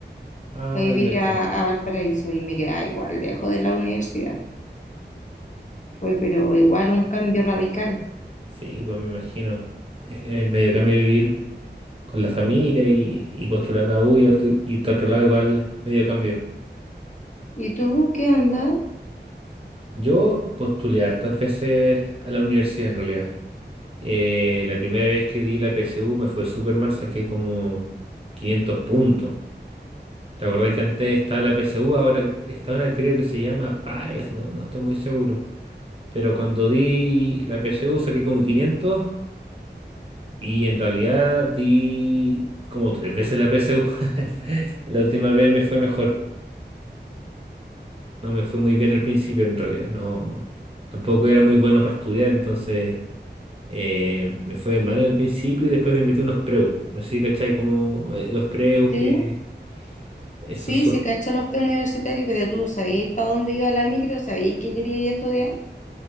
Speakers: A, on the right; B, on the left.
A: Ah,
B: a vivir
A: de cachón.
B: a, a Valparaíso y me quedaba igual lejos de la universidad. Fue, pero igual un cambio radical.
A: Sí, pues me imagino. Es que En el medio cambio vivir con la familia y, y postular a U y a otro, y a otro lado igual medio cambio.
B: ¿Y tú qué onda?
A: Yo postulé hartas veces a la universidad en realidad. Eh, la primera vez que di la PSU me fue súper mal, saqué como 500 puntos. ¿Te acordás que antes estaba la PSU? Ahora está una creo que se llama PAES, ¿no? No estoy muy seguro. Pero cuando di la PSU saqué como quinientos Y en realidad di como tres veces la PSU. <laughs> La última vez me fue mejor. No me fue muy bien al principio en realidad. No, tampoco era muy bueno para estudiar, entonces eh, me fue mal al principio y después me metí unos preus. No sé si cachai como eh, los preus
B: Sí,
A: que esos
B: sí,
A: son.
B: sí, cachó los preuniversitarios, pero tú sabías para dónde iba la micro, sabías qué querías estudiar.